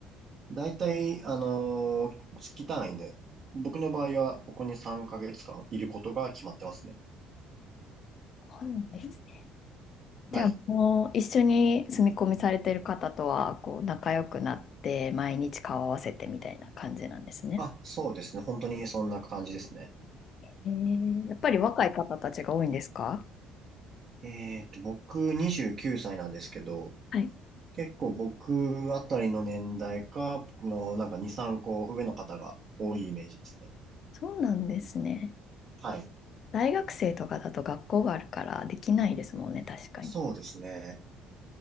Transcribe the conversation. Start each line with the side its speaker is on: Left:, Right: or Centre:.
Right: だいたい、あの、月単位で、僕の場合はここに3ヶ月間いることが決まってますね。
Left: そうなんですね。じゃあもう一緒に住み込みされてる方とはこう仲良くなって毎日顔合わせてみたいな感じなんですね。
Right: はい。あ、そうですね。本当にそんな感じですね。
Left: えー、やっぱり若い方たちが多いんですか
Right: えっと、僕29歳なんですけど、
Left: はい。
Right: 結構僕あたりの年代か、僕のなんか2、3個上の方が多いイメージですね。
Left: そうなんですね。
Right: はい。
Left: 大学生とかだと学校があるからできないですもんね、確かに。
Right: そうですね。
Left: なる